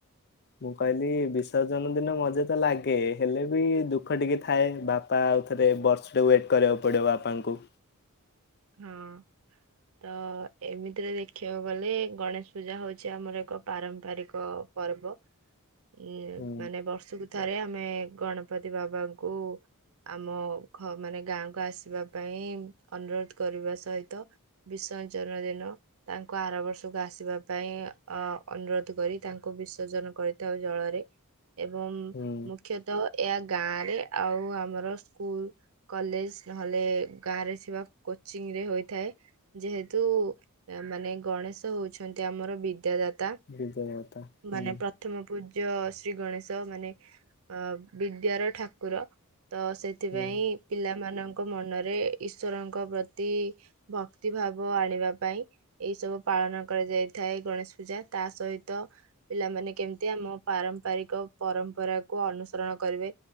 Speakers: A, on the left (about 45°); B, on the right (about 70°).
A: ମୁଁ କହିଲି ବିସର୍ଜନ ଦିନ ମଜା ତ ଲାଗେ ହେଲେ ବି ଦୁଃଖ ଟିକେ ଥାଏ ବାପା। ବାପା ଆଉ ଥରେ ବର୍ଷଟେ ୱେଟ୍ କରିବାକୁ ପଡ଼ିବ ବାପାଙ୍କୁ।
B: ହଁ। ତ ଏମିତିରେ ଦେଖିବାକୁ ଗଲେ ଗଣେଶ ପୂଜା ହଉଛି ଆମର ଏକ ପାରମ୍ପାରିକ। ପର୍ବ ଇଏ
A: ହୁଁ
B: ମାନେ ବର୍ଷକୁ। ଥରେ ଆମେ ଗଣପତି ବାବାଙ୍କୁ। ଆମ ମାନେ ଗାଁକୁ ଆସିବା ପାଇଁ ଅନୁରୋଧ କରିବା ସହିତ। ବିସର୍ଜନ ଦିନ। ତାଙ୍କୁ ଆର ବର୍ଷକୁ ଆସିବା ପାଇଁ ଅ ଅନୁରୋଧ କରି ତାଙ୍କୁ ବିସର୍ଜନ କରି। ଜଳରେ ଏବଂ ମୁଁ।
A: ହୁଁ
B: ମୁଖ୍ୟତଃ ଏହା ଗାଁ ରେ ଆଉ ଆମର ସ୍କୁଲ୍‌। କଲେଜ ନହେଲେ ଗାଁ ରେ ଥିବା କୋଚିଂ ରେ ହୋଇଥାଏ। ଯେହେତୁ ମାନେ ଗଣେଶ ହଉଛନ୍ତି ଆମର ବିଦ୍ୟାଦାତା।
A: ବିଜୟ କଥା ହୁଁ
B: ମାନେ ପ୍ରଥମ ପୂଜ୍ୟ ଶ୍ରୀ ଗଣେଶ ମାନେ। ଅ ବିଦ୍ୟାର ଠାକୁର ତ ସେ। ସେଥିପାଇଁ
A: ହୁଁ
B: ପିଲାମାନଙ୍କ ମନରେ ଈଶ୍ୱରଙ୍କ ପ୍ରତି। ଭକ୍ତି ଭାବ ଆଣିବା ପାଇଁ ଏଇ ସବୁ ପାଳନ କରାଯାଇଥାଏ ଗଣେଶ ପୂଜା ତା ସହି। ତ ପିଲାମାନେ କେମିତି ଆମ ପାରମ୍ପାରିକ ପରମ୍ପରାକୁ ଅନୁସରଣ କରିବେ।